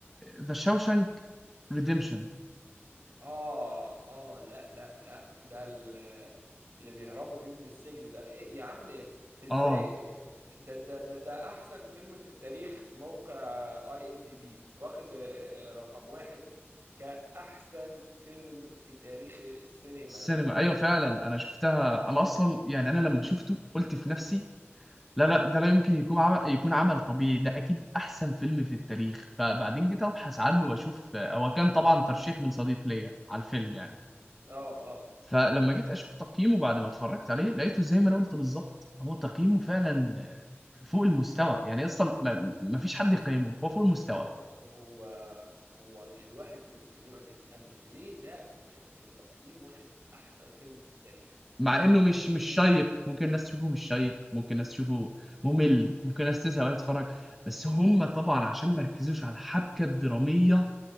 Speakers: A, in the centre; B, on the right.
A: ذا شاوشانك ريديمشن
B: اه اه لا لا لا ده ال- اللي بيهربوا فيه من السجن ده ايه يا عم ازاي
A: اه The Shawshank Redemption. آه.
B: ده ده ده ده احسن فيلم في التاريخ في موقع اي ام دي بي واخد آه، رقم واحد كأحسن فيلم في تاريخ السينما
A: السينما ايوه فعلا انا شفتها انا اصلا يعني انا لما شفته قلت في نفسي لا لا ده لا يمكن يكون عمل يكون عمل طبيعي ده اكيد احسن فيلم في التاريخ فبعدين جيت ابحث عنه واشوف هو كان طبعا ترشيح من صديق ليا على الفيلم يعني
B: اه اه
A: فلما جيت اشوف تقييمه بعد ما اتفرجت عليه لقيته زي ما انا قلت بالظبط هو تقييمه فعلا فوق المستوى يعني اصلا ما ما فيش حد
B: بص
A: يقيمه هو فوق المستوى
B: بص هو هو الواحد ممكن يقعد يتأمل ليه ده في التقييم واخد احسن فيلم في التاريخ
A: مع انه مش مش شيق ممكن الناس تشوفه مش شيق ممكن الناس تشوفه ممل ممكن الناس تزهق وهي تتفرج بس هم طبعا عشان ما ركزوش على الحبكه الدراميه